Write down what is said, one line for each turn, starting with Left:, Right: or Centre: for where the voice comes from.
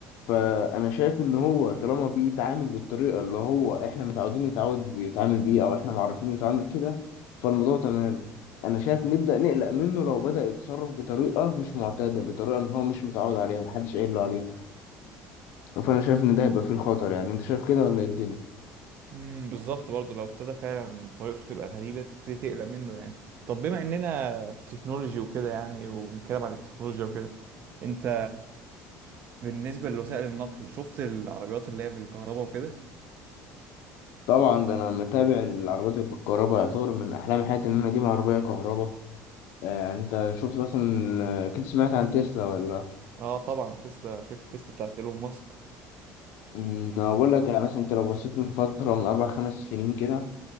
Left: فانا شايف ان هو طالما بيتعامل بالطريقه اللي هو احنا متعودين يتعود بيتعامل بيه او احنا معرفين يتعامل كده فالموضوع تمام انا شايف نبدا نقلق منه لو بدا يتصرف بطريقه مش معتاده بطريقه إن هو مش متعود عليها محدش قايل له عليها فانا شايف ان ده هيبقى فيه الخطر يعني انت شايف كده ولا إيه الدنيا
Right: امم بالظبط برضه لو ابتدى فعلا طريقته تبقى غريبة تبتدي تقلق منه يعني طب بما اننا في تكنولوجي وكده يعني وبنتكلم عن التكنولوجيا وكده انت بالنسبة لوسائل النقل شفت العربيات اللي هي بالكهرباء وكده
Left: طبعا ده انا متابع العربيات الكهرباء يعتبر من احلام حياتي ان انا اجيب عربيه كهرباء آه، يعني انت شفت مثلا آه، اكيد سمعت عن تسلا ولا
Right: اه طبعا تسلا شركة تسلا بتاعت ايلون ماسك
Left: أمم، انا بقول لك يعني مثلا انت لو بصيت من فتره من اربع خمس سنين كده